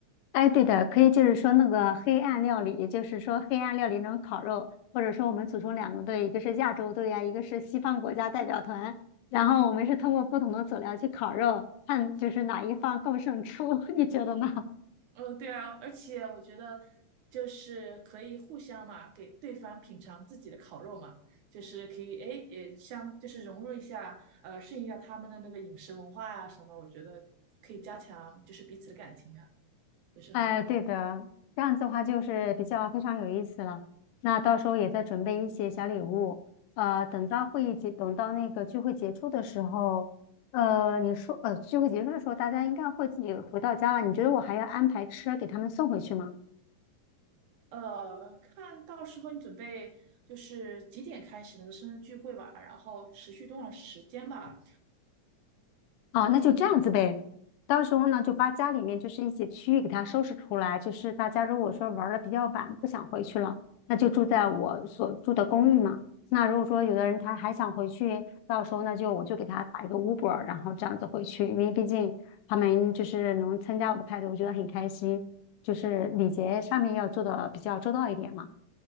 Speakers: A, on the left; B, on the right.
A: 哎，对的，可以就是说那个黑暗料理，也就是说黑暗料理那种烤肉，或者说我们组成两个队，一个是亚洲队呀、一个是西方国家代表团，然后我们是通过不同的佐料去烤肉，看就是哪一方更胜出，<laughs> 你觉得呢？
B: 嗯，对啊，而且我觉得就是可以互相嘛，给对方品尝自己的烤肉嘛，就是可以，哎，也相就是融入一下，呃，适应一下他们的那个饮食文化啊什么，我觉得可以加强就是彼此的感情啊。也是很好的
A: 哎，对的，这样子的话就是比较非常有意思了。那到时候也再准备一些小礼物，呃，等到会议结，等到那个聚会结束的时候，呃，你说，呃，聚会结束的时候，大家应该会自己回到家了。你觉得我还要安排车给他们送回去吗？
B: 呃，看到时候你准备就是几点开始那个生日聚会吧，然后持续多长时间吧？
A: 哦，
B: 嗯
A: 那就这样子呗。到时候呢，就把家里面就是一些区域给它收拾出来。就是大家如果说玩的比较晚，不想回去了，那就住在我所住的公寓嘛。那如果说有的人他还想回去，到时候那就我就给他打一个 Uber，然后这样子回去。因为毕竟他们就是能参加我的派对，我觉得很开心。就是礼节上面要做的比较周到一点嘛。